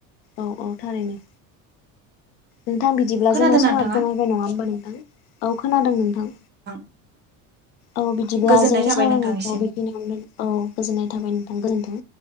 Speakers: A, on the left; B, on the right.
A: औ औ थारैनो। नोंथां बिदिब्ला
B: खोनादोंना
A: जोंना समाबो
B: नोंथाङा
A: जाबाय नङा होमबा नोंथां औ खोनादों नोंथां।
B: औ।
A: औ बिदिब्ला
B: गोजोननाय
A: जोंनि
B: थाबाय
A: सावरायनायखौ
B: नोंथांनिसिम।
A: बेखिनियावनो औ गोजोननाय थाबाय नोंथां गोजोनथों।